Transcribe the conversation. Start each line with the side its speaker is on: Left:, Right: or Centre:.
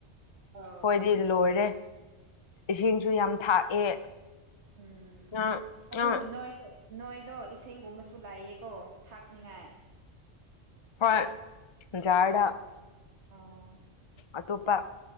Right: ꯑꯧ
Left: ꯍꯣꯏꯗꯤ ꯂꯣꯏꯔꯦ ꯏꯁꯤꯡꯁꯨ ꯌꯥꯝ ꯊꯥꯛꯑꯦ
Right: ꯎꯝ
Left: ꯉꯥ
Right: ꯑꯗꯨꯕꯨ
Left: ꯉꯥ
Right: ꯅꯣꯏꯁꯨ ꯅꯣꯏꯗꯣ ꯏꯁꯤꯡꯒꯨꯝꯕꯁꯨ ꯂꯩꯌꯦꯀꯣ ꯊꯥꯛꯅꯤꯉꯥꯏ
Left: ꯍꯣꯏ ꯖꯥꯔꯗ
Right: ꯑꯣ
Left: ꯑꯇꯣꯞꯄ